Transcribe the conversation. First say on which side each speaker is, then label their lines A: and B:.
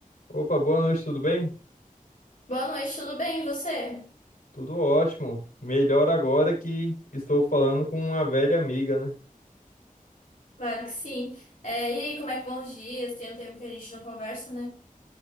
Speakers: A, on the left (about 80°); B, on the left (about 60°).
A: Opa, boa noite, tudo bem?
B: Boa noite, tudo bem? E você?
A: Tudo ótimo. Melhor agora que estou falando com uma velha amiga, né?
B: Claro que sim. É, e aí, como é que vão os dias? Tem um tempo que a gente não conversa, né?